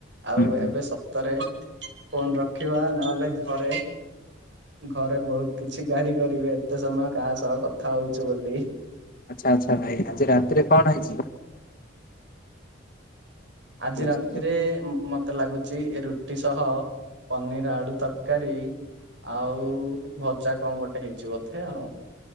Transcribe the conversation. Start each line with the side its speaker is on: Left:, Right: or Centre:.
Right: ଆଉ
Left: ହୁଁ ହୁଁ।
Right: ଏବେ ସତରେ ଫୋନ ରଖିବା ନହେଲେ ଘରେ ଘରେ ବହୁତ କିଛି ଗାଳି କରିବେ ଏତେ ସମୟ କାହା ସହ କଥା ହଉଛୁ ବୋଲି।
Left: ଆଚ୍ଛା ଆଚ୍ଛା ଭାଇ ଆଜି ରାତିରେ କଣ ହେଇଛି? ହେଇଛି?
Right: ଆଜି ରାତିରେ ମ ମତେ ଲାଗୁଛି ଏ ରୁଟି ସହ ପନିର ଆଳୁ ତରକାରୀ ଆଉ ଭଜା କଁ ଗୋଟେ ହେଇଛି ବୋଧେ ଆଉ।